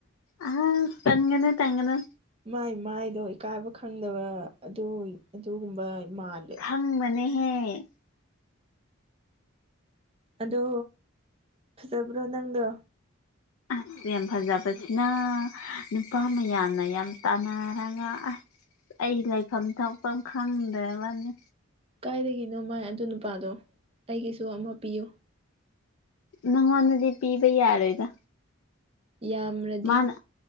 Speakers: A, on the left; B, on the right.
A: ꯑꯥ ꯇꯟꯒꯅꯨ ꯇꯟꯒꯅꯨ
B: ꯃꯥꯏ ꯃꯥꯏꯗꯣ ꯏꯀꯥꯏꯕ ꯈꯪꯗꯕ ꯑꯗꯨ ꯑꯗꯨꯒꯨꯝꯕ ꯃꯥꯜꯂꯦ
A: ꯈꯪꯕꯅꯦ ꯍꯦ
B: ꯑꯗꯣ ꯐꯖꯕ꯭ꯔꯣ ꯅꯪꯗꯣ
A: ꯑꯁ ꯌꯥꯝ ꯐꯖꯕꯁꯤꯅ ꯅꯨꯄꯥ ꯃꯌꯥꯝꯅꯒꯥ ꯌꯥꯝ ꯇꯥꯅꯔꯒ ꯑꯥꯁ ꯑꯩ ꯂꯩꯐꯝ ꯆꯥꯐꯝ ꯈꯪꯗ꯭ꯔꯕꯅꯤ
B: ꯀꯥꯏꯗꯒꯤꯅꯣ ꯃꯥꯏ ꯑꯗꯨ ꯅꯨꯄꯥꯗꯣ ꯑꯩꯒꯤꯁꯨ ꯑꯃꯇꯥ ꯄꯤꯌꯨ꯫
A: ꯅꯉꯣꯟꯗꯗꯤ ꯄꯤꯕ ꯌꯥꯔꯣꯏꯗꯥ꯫
B: ꯌꯥꯝꯔꯦ
A: ꯃꯥꯅ